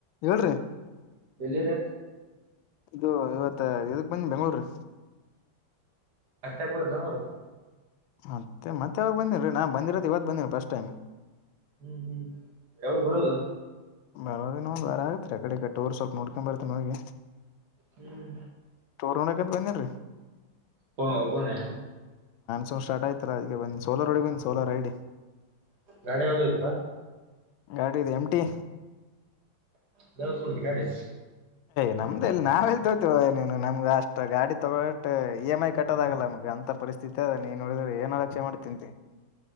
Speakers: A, on the left; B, on the right.
A: ಹೇಳ್ರಿ
B: ಎಲ್ಲಿರ
A: ಇದು ಇವತ್ತ ಇದಕ್ ಬಂದಿನೀ ಬೆಂಗಳಳೂರು
B: ಅತ್ತಕ್ಕೆ ಬ <unintelligible> ರ್ದ ಅವರು
A: ಅತ್ತೆ ಮತಾಡ್ಬಾದಿಲಾರಿ ಬಂದಿಲ್ ರೀ ನಾ ಬಂದಿರದ ಇವತ್ತು ಬಂದಿನಿ ಫಸ್ಟ್ ಟೈಮ್
B: ಹ್ಮ್ ಹ್ಮ್ ಯಾವಾಗ ಬರೋದ
A: ಬರೋ ಒಂದು ವರ ಆಗತ್ರಿ ಆಕಡೆ ಈ ಕಡೆ ಟೂರ್ ಸ್ವಲ್ಪ ನೋಡ್ಕೊಂಡ ಬರ್ತ್ತನೀ ಹೋಗಿ
B: ಹ್ಮ್
A: ಟೂರ್ ನೋಡಕಂತ ಬಂದಿನ್ರಿ
B: ಹ ಒಬನೆ
A: ಶೋ ಸ್ಟಾರ್ಟ್ ಆಯ್ತ ಅಲ ಅದಕೆ ಬಂದು ಸೋಲರ್ ರೋಡಿ ಬಂದು ಸೋಲರ್ ಐಡಿ
B: ಗಾಡಿ ಯಾವದೋ ಹೊಯ್ದಪ
A: ಗಾಡಿ ಇದೆ ಮ್ ಟಿ
B: <unintelligible> ಗಾಡಿ
A: ನಮ್ದ ಇಲ್ಲಿ ನಾವ ಎಲ್ಲಿ ತಕೊತೀವೋ ನೀನು ನಮ್ಗೆ ಅಷ್ಟ ಗಾಡಿ ತಕೊಳ್ಳುತ್ತ್ತಇ ಎಂ ಐ ಕಟ್ಟೋದಾಗಲ್ಲ ನಮಗ ಅಂತ ಪರಿಸ್ ಅದ ನೀನ್ ನೋಡಿದ್ರೆ ಏನ್ ಅಲಕ್ಷೆ ಮಾಡಿತಂತಿ